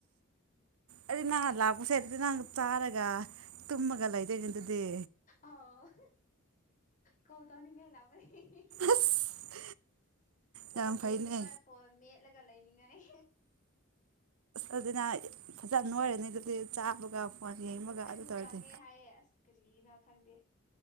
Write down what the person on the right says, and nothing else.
ꯑꯗꯨꯗꯤ ꯅꯡ ꯂꯥꯛꯄꯥꯁꯦ ꯑꯗꯨꯗꯤ ꯅꯡ ꯇꯥꯔꯒ ꯇꯃꯒꯂ ꯊꯨꯃꯒꯂꯩꯗꯣꯏꯗꯨꯗꯨꯗꯤ
ꯑꯁ
ꯌꯥꯝ ꯐꯩꯅꯦ
ꯑꯗꯨꯅꯤ ꯍꯁꯦ ꯐꯖꯅ ꯅꯣꯏꯔꯅꯤ ꯑꯗꯨꯗꯤ ꯆꯥꯕꯒ ꯐꯣꯟ ꯌꯦꯡꯕꯒ
ꯑꯗꯨ ꯇꯧꯔꯗꯤ